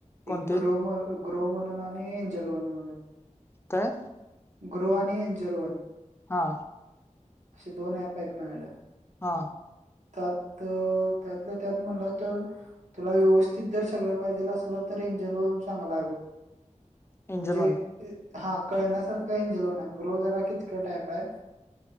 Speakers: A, on the left; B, on the right.
A: कोणते
B: एक ग्रो म ग्रो म्हणून आणि एंजल वन म्हणून.
A: काय?
B: ग्रो आणि एंजल् वन-
A: हा.
B: असे दोन ऍप आहेत मायाड.
A: हा.
B: त्यात, त्यातलं त्यात म्हणलं तर तुला व्यवस्थित जर सगळं पाहिजेल असलं तर एंजन वन चांगला हाय बघ.
A: एंजल
B: म्हणजे
A: वन
B: हा कळण्यासारखा एंजल वन आहे. ग्रो जरा किचकट टाईप आहे.